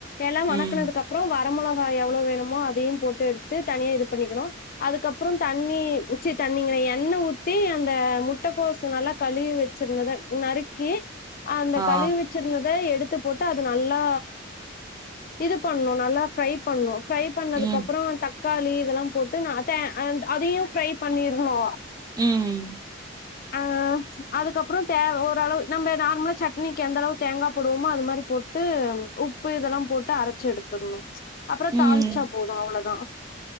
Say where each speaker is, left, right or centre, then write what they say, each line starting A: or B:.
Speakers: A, on the left; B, on the right.
A: எல்லா
B: ம்
A: வணக்குனதுக்கு அப்றோ வர மொள கா எவ்ளோ வேணுமோ அதையு போட்டு எடுத்து தனியா இது பண்ணிக்கணு அதுக்கப்றோ தண்ணீ ச்சீ தண்ணிங்கிறே எண்ணெ ஊத்தி அந்த முட்டக்கோசு நல்லா கழுவி வை ச்சிர்ந்தத நறுக்கி அந்த
B: ஆ
A: கழுவி வச்சிருந்தத எடு த்து போட்டு அது நல்லா இது பண்ணு நல்லா ஃப்ரை பண்ணு ஃப்ரை பண்ணதுக்கு
B: ம்
A: அப்றோ தக்காளி இதெல்லா போட்டு நா அத அந் அதையு ஃப்ரை பண்ணிருனு
B: ம்
A: ஆ அதுக்கப்புறோ தே ஓரளவு நம்ப நார்மலா சட்னிக்கி எந்தளவு தேங்கா போடுவோமோ அது மாரி போட்டு உ உப்பு இதெல்லா போட்டு அரைச்சு எடுத்தர்ணு அப்புறோ தாளிச்சா
B: ம்
A: போது அவ்ளோதா